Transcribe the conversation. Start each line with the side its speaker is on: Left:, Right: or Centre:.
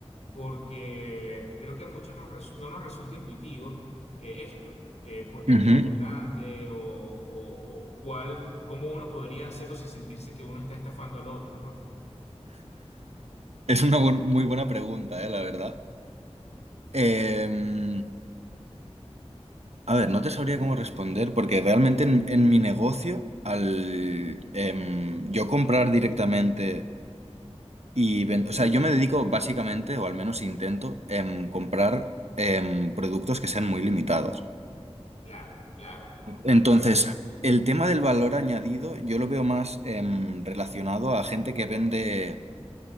Left: porque creo que a muchos nos resu- no nos resulta intuitivo eh, esto. eh, porque
Right: ujú,
Left: esto es
Right: ujú.
Left: importante o, o, o cuál, cómo uno podría hacerlo sin sentirse que uno está estafando al otro, ¿no?
Right: Es una bu- muy buena pregunta, eh, la verdad. Em, A ver, no te sabría cómo responder porque realmente en, en mi negocio, al em, yo comprar directamente y vender, o sea, yo me dedico básicamente, o al menos intento, em, comprar em, productos que sean muy limitados.
Left: Claro, claro,
Right: Entonces,
Left: claro,
Right: el tema del valor añadido yo lo veo más em, relacionado a gente que vende,